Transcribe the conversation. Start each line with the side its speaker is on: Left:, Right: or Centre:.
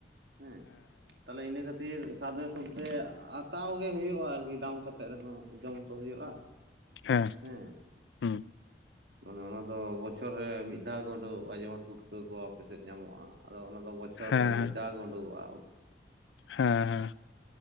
Right: ᱦᱮᱸ ᱛᱟᱦᱞᱮ ᱤᱱᱟᱹ ᱠᱷᱟᱹᱛᱤᱨ ᱥᱟᱫᱮ ᱥᱚᱫᱫᱮ ᱦᱟᱛᱟᱣ ᱜᱮ ᱦᱩᱭᱩᱜᱼᱟ ᱟᱨᱠᱤ ᱫᱟᱢ ᱠᱟᱛᱮ ᱨᱮᱦᱚᱸ ᱡᱚᱢ ᱛᱚ ᱦᱩᱭᱩᱜᱼᱟ᱾
Left: ᱦᱮᱸ᱾
Right: ᱦᱮᱸᱻ᱾
Left: ᱦᱩᱸ
Right: ᱢᱟᱱᱮ ᱚᱱᱟ ᱫᱚ ᱵᱚᱪᱷᱚᱨ ᱨᱮ ᱢᱤᱫ ᱫᱷᱟᱣ ᱜᱮ ᱩᱰᱩᱠᱚᱜᱼᱟ, ᱡᱮᱢᱚᱱ ᱯᱩᱴᱠᱟᱹ ᱠᱚ ᱟᱯᱮ ᱥᱮᱫ ᱧᱟᱢᱚᱜᱼᱟ᱾ ᱟᱫᱚ ᱚᱱᱟ ᱫᱚ ᱵᱚᱪᱷᱚᱨ
Left: ᱦᱮᱸ
Right: ᱨᱮ
Left: ᱦᱮᱸ
Right: ᱢᱤᱫ ᱫᱷᱟᱣ ᱜᱮ ᱳᱰᱳᱠᱚᱜᱼᱟ᱾
Left: ᱦᱮᱸ